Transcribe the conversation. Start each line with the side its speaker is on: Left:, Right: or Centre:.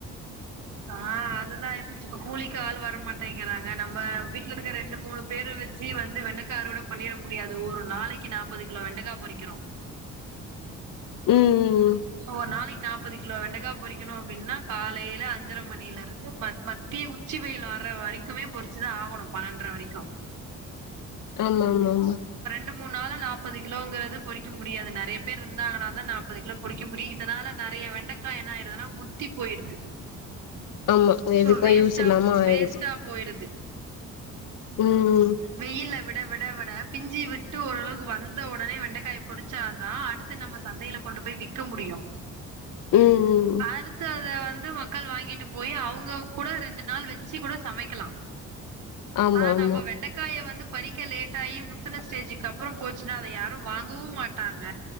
Right: ஆ அதுதா ஆயிபோச்சு கூலிக்கு ஆள் வர மாட்டேங்கிறாங்க நம்ம வீட்ல இருக்கிற ரெண்டு மூணு பேர வெச்சு வந்து வெண்டைக்கா அறுவட பண்ணிட முடியாது ஒரு நாளைக்கு நாப்பது கிலோ வெண்டக்கா பொறிக்கிறோ
Left: ம் ம்
Right: சோ ஒர் நாளைக் நாப்பது கிலோ வெண்டக்கா பொறிக்கணு அப்டின்னா காலையில அஞ் சர மணில இருந்து ம மத்திய உச்சி வெயில் வர்ற வரைக்குமே பொறிச்சுதா ஆகணு பன்னென்ட்ர வரைக்கு
Left: ஆமாமாமா
Right: ண்டு மூணு நால நாப்பது கிலோங்கறது பொறிக்க முடியாது நெறைய பேர் இருந்தாங்கனாதா நாப்பது கிலோ பொறிக்க முடியு இதனால நெறையா வெண்டக்கா என்னாயிருதுனா முத்தி போயிடுது
Left: ஆமா
Right: சோ
Left: எதுக்கு
Right: வேஸ்டா
Left: யூஸ் இல்லாம ஆயிடுது
Right: வேஸ்ட்டா போயிருது
Left: ம்
Right: வெயில்ல வெ ட வெட வெட பிஞ்சி விட்டு ஓரளவுக்கு வந்த உடனே வெண்டக்காய பொறிச்சாதா அடுத்து நம்ம சந்தையில கொண்டு போய் விக்க முடியு
Left: ம் ம்
Right: அறுத்து அத வ ந்து மக்கள் வாங்கிட்டு போயி அவுங்க கூட ரெண்டு நாள் வெச்சு கூட சமைக்கலா
Left: ஆமா
Right: ஆனா
Left: ஆமா
Right: நம்ம வெண்டக்காய வந்து பறிக்க லேட் ஆயி முத்துன ஸ்டேஜுக்கு அப்றம் போச்சுன்னா அத யாரும் வாங்கவும் மாட்டாங்க